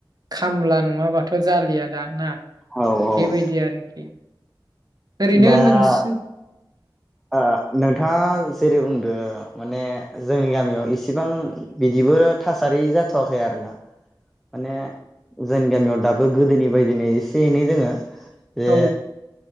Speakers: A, on the right; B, in the centre.
A: खामला नङाबाथ' जालिया दा ना
B: औ औ
A: बेबायदि आरोखि ओरैनो
B: दा
A: नोंसि
B: ओ नोंथाङा जेरै बुंदो माने जोंनि गामियाव इसेबां बिदिबो थासारि जाथ'वाखै आरोना माने जोंनि गामियाव दाबो गोदोनि बायदिनो एसे एनै जोङो जे
A: ओ औ